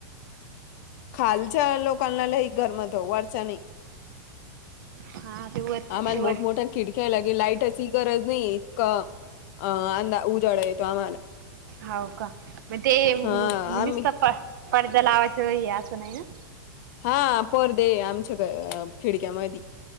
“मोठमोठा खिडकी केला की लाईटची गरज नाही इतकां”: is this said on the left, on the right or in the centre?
Left